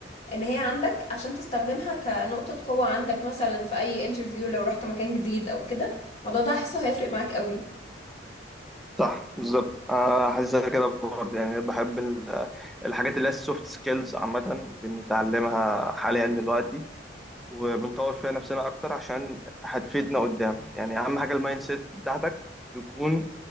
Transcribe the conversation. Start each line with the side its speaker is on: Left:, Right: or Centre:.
Left: ان هي عندك عشان تستخدمها كنقطه قوه عندك مثلا في اي انترفيو لو رحت مكان جديد او كده الموضوع ده هحسه هيفرق معاك قوي
Centre: صح بالظبط آه، حاسسها كده برضه يعني بحب ال- الحاجات اللي هي السوفت سكيلز عامه بنتعلمها حاليا دلوقتي وبنطور فيها نفسنا اكتر عشان هتفيدنا قدام يعني اهم حاجه المايند سيت بتاعتك تكون